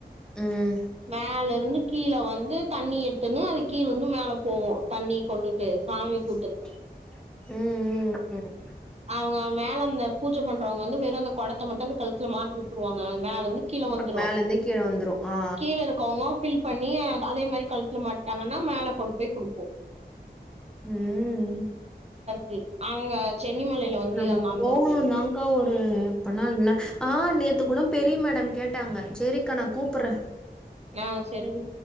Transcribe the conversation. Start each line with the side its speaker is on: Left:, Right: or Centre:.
Centre: ம்
Right: மேல இருந்து கீழ வந்து தண்ணி எட்துன்னு அது கீழ இருந்து மேல போவு தண்ணி கொண்டுட்டு சாமி கூ
Centre: ம் ம் ம்
Right: அவுங்க மேல அந்த பூஜ பண்றவங்க வந்து வெறு அந்த கொடத்த மட்டு வந்து கழுத்துல மாட்டிவுட்ருவாங்க மேலருந்து கீழ வந்துரு
Centre: மேலந்து கீழ வந்துரு ஆ ஆ
Right: கீழ இருக்கவுங்க பில் பண்ணி அதே மாரி கழுத்துல மாட்டாங்கன்னா மேல கொண்டு போய் குடுக்கூ
Centre: ம்
Right: கு அங்க சென்னிமலையில வந்து
Centre: நம்ம
Right: அந்த அந்த
Centre: போகனுந்தாக்கா
Right: ஒரு இது இருக்கு
Centre: ஒரு அப்பனா ன்ன ஆ நேத்து கூட பெரிய மேடம் கேட்டாங்க செரிக்கா நா கூப்புட்ற
Right: ஆ செரி டி